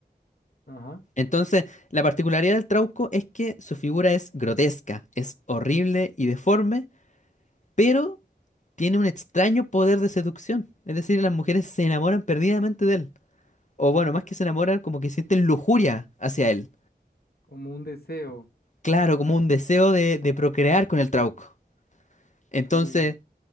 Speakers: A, on the left; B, on the left.
A: ajá.
B: Entonces, la particularidad del trauco es que su figura es grotesca, es horrible y deforme, pero tiene un extraño poder de seducción. Es decir, las mujeres se enamoran perdidamente de él. O bueno, más que se enamoran, como que sienten lujuria hacia él.
A: Como un deseo.
B: Claro, como un deseo de, de procrear con el trauco. Entonces,
A: Uy.